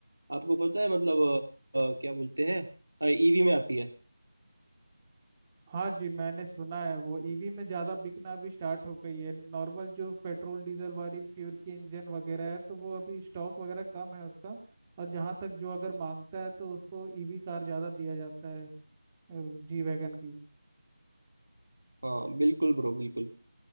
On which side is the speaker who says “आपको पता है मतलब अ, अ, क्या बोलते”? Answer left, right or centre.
Right